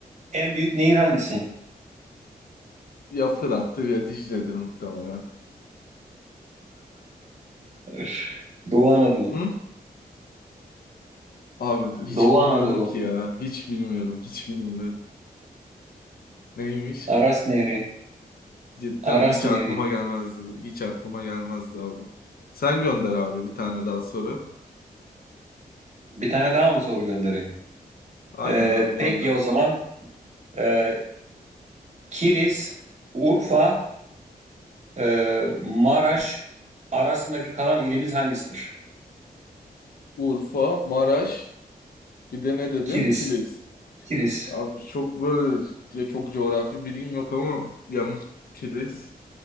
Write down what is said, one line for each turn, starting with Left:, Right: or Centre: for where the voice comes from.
Right: en büyük nehir hangisi?
Left: Ya Fırat'tır ya Dicle'dir muhtemelen.
Right: Öf, Doğu Anadolu.
Left: Hı? Abi hiç
Right: Doğu
Left: bilmiyorum
Right: Anadolu.
Left: ki ya. Hiç bilmiyorum. Hiç bilmiyorum. Neymiş?
Right: Aras Nehri.
Left: Cidden
Right: Aras
Left: mi? Hiç
Right: Nehri.
Left: aklıma gelmezdi. Hiç aklıma gelmezdi abi. Sen gönder abi bir tane daha soru.
Right: Bir tane daha mı soru göndereyim?
Left: Aynen
Right: Ee,
Left: abi gönder.
Right: peki o zaman e, Kilis, Urfa, e, Maraş arasındaki kalan ilimiz hangisidir?
Left: Urfa, Maraş, bir de ne dedin?
Right: Kilis.
Left: Kilis.
Right: Kilis.
Left: Abi çok böyle ya çok coğrafi bilgim yok ama ya mu- Kilis.